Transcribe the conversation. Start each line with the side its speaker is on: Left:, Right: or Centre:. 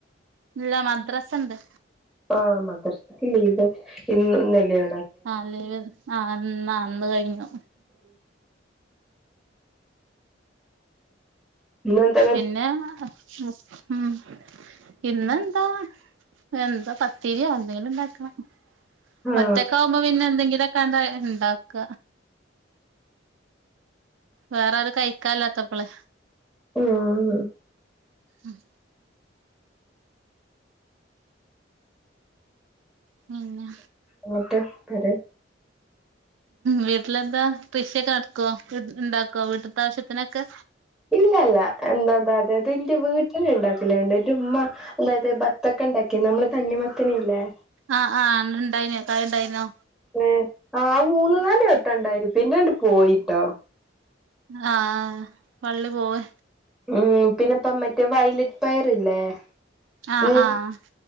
Right: ഇല്ല മദ്രസണ്ട്
Centre: ആ മദ്രസക്ക് ലീവ് ഇന്ന് ഇന്നല്ല
Right: ആ ലിവ് ആന്നാ ന്ന് കഴിഞ്ഞു
Centre: ഇന്നെന്താ
Right: പിന്നെ മു ഉം ഇന്നെന്താ എന്താ പത്തിരിയോ എന്തെങ്കിലുംണ്ടാക്കണം
Centre: ആ
Right: ഒറ്റക്കആവുമ്പോ പിന്നെ എന്തെങ്കിലു ഒക്കെ ആണ്ട് ണ്ടാക്ക വേറെ ആരും കഴിക്കാ ല്ലാത്തപ്പള്
Centre: ഉം
Right: ഉം പിന്നെ
Centre: ങ്ങ്ട്ട് പറെ
Right: വീട്ടിലെന്താ കൃഷിയൊക്കെ നടക്കുവോ വീട്ട്ല് ണ്ടാക്കൊ വീട്ടത്തെ ആവിശ്യത്തിനൊക്കെ
Centre: ഇല്ലല്ല എന്താ അതായത് ത് ന്റെ വീട്ടില് ണ്ടാക് ക്കലണ്ട് എന്റെ ഉമ്മ അതായത് ബത്തക്ക ണ്ടാക്കിന്നു മ്മള് തണ്ണി മത്തന് ഇല്ലേ
Right: ആ ആ ന്ന്ട് ണ്ടായിനോ കായ ണ്ടായ്നോ
Centre: ഏ ആ മൂന്ന് നാല് വട്ടം ണ്ടായിനു പിന്നെണ്ട് പോയിട്ടോ
Right: ആ വള്ളി പോവെ
Centre: ഉം പിന്നെപ്പൊ മറ്റേ വൈലറ്റ് പയർ ഇല്ലേ
Right: ആഹ്
Centre: ഉം
Right: ആഹ്